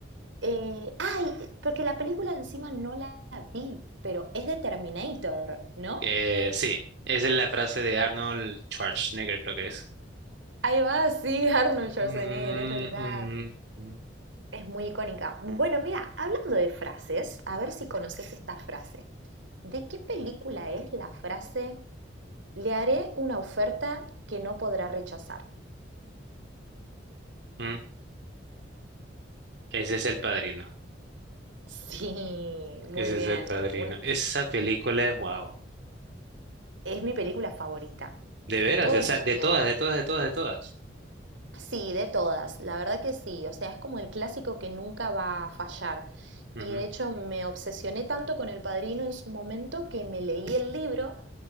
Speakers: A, on the right; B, on the right.
A: Eh, ay, porque la película encima no la vi, pero es de Terminator, ¿no?
B: Eh, sí, esa es la frase de Arnold Schwarzenegger, creo que es.
A: Ahí va, sí, <laughs> Arnold Schwarzenegger,
B: Mm,
A: es verdad.
B: mm, mm.
A: Es muy icónica. Bueno, mira, hablando de frases, a ver si conoces esta frase. ¿De qué película es la frase Le haré una oferta que no podrá rechazar? <laughs>
B: mm. Ese es El Padrino.
A: Sí, muy
B: Ese
A: bien.
B: es El Padrino.
A: Un-
B: Esa película es guau.
A: es mi película favorita
B: De
A: de
B: veras,
A: todos
B: de, o sea,
A: los
B: de
A: tiempos.
B: todas, de todas, de todas, de todas.
A: Sí, de todas, la verdad que sí, o sea, es como el clásico que nunca va a fallar.
B: Ujú.
A: Y de hecho me obsesioné tanto con El Padrino en su momento que me leí el libro